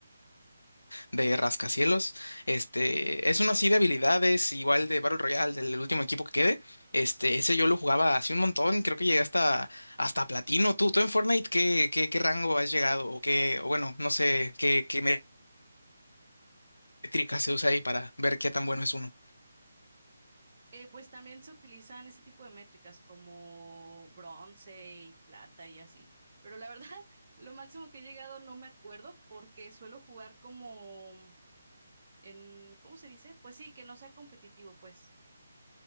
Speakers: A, on the left (about 75°); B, on the right (about 45°).
A: de Rascacielos. Este, es uno así de habilidades, igual de Battle Royale, del último equipo que quede. Este, ese yo lo jugaba hace un montón, creo que llegué hasta, hasta platino. ¿Tú, tú en Fortnite qué, qué, qué rango has llegado? O qué, o bueno, no sé qué, qué métrica se usa ahí para ver qué tan bueno es uno.
B: Eh, pues también se utilizan ese tipo de métricas como bronce y plata y así. Pero la verdad, <laughs> lo máximo que he llegado no me acuerdo porque suelo jugar como... en, ¿cómo se dice? Pues sí, que no sea competitivo, pues.